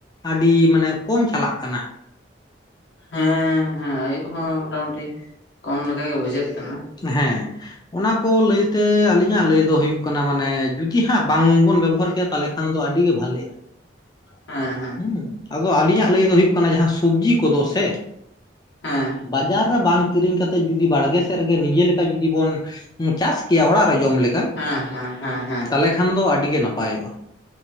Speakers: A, on the left; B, on the left.
A: ᱟᱹᱰᱤ ᱢᱟᱱᱮ ᱠᱚᱢ ᱪᱟᱞᱟᱜ ᱠᱟᱱᱟ ᱾
B: ᱦᱮᱸ ᱦᱮᱸ ᱟᱭᱩ ᱦᱚᱸ ᱢᱚᱴᱟ ᱢᱩᱴᱤ ᱠᱚᱢ ᱞᱮᱠᱟ ᱜᱮ ᱵᱩᱡᱷᱟᱹᱜ ᱠᱟᱱᱟ ᱾
A: ᱦᱮᱸ ᱚᱱᱟ ᱠᱚ ᱞᱟᱹᱭ ᱛᱮ ᱟᱹᱞᱤᱧᱟᱜ ᱞᱟᱹᱭ ᱫᱚ ᱦᱩᱭᱩᱜ ᱠᱟᱱᱟ ᱢᱟᱱᱮ ᱡᱩᱫᱤ ᱦᱟᱸᱜ ᱵᱟᱝ ᱵᱚᱱ ᱵᱮᱵᱚᱦᱟᱨ ᱠᱮᱭᱟ ᱛᱟᱦᱚᱞᱮ ᱠᱷᱟᱱ ᱫᱚ ᱟᱹᱰᱤ ᱜᱮ ᱵᱷᱟᱞᱮᱜᱼᱟ ᱾ <inaudible>
B: ᱦᱮᱸ ᱦᱮᱸ
A: ᱦᱩᱸ
B: ᱾
A: ᱟᱫᱚ ᱟᱹᱞᱤᱧᱟᱜ ᱞᱟᱹᱭ ᱫᱚ ᱦᱩᱭᱩᱜ ᱠᱟᱱᱟ ᱡᱟᱦᱟᱸ ᱥᱚᱵᱡᱤ ᱠᱚᱫᱚ ᱥᱮ
B: ᱦᱮᱸ ᱾
A: ᱵᱟᱡᱟᱨ ᱨᱮ ᱵᱟᱝ ᱠᱤᱨᱤᱧ ᱠᱟᱛᱮᱜ ᱡᱚᱫᱤ ᱵᱟᱲᱜᱮ ᱥᱮ ᱨᱮᱜᱮ ᱱᱤᱡᱮ ᱞᱮᱠᱟ ᱡᱩᱚᱫᱤ ᱵᱚᱱ ᱪᱟᱥ ᱠᱮᱭᱟ ᱚᱲᱟᱜ ᱨᱮ ᱡᱚᱢ ᱞᱮᱠᱟ
B: ᱦᱮᱸ ᱦᱮᱸ ᱦᱮᱸ ᱦᱮᱸ
A: ᱛᱟᱦᱚᱞᱮ ᱠᱷᱟᱱ ᱫᱚ ᱟᱹᱰᱤ ᱜᱮ ᱱᱟᱯᱟᱭᱚᱜᱼᱟ ᱾